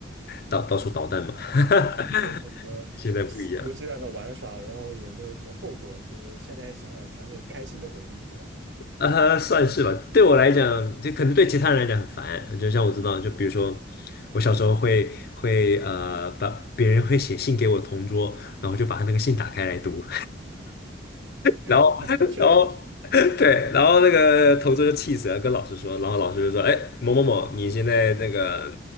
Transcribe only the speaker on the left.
到到处捣蛋嘛。<laughs>
现在不一样，
呃，算是吧。对我来讲，就可能对其他人来讲很烦。就像我知道，就比如说我小时候会会呃，把别人会写信给我同桌，然后就把他那个信打开来读。
然后，
<laughs> 然后，对，然后那个同桌就气死了，跟老师说，然后老师就说：“哎，某某某，你现在那个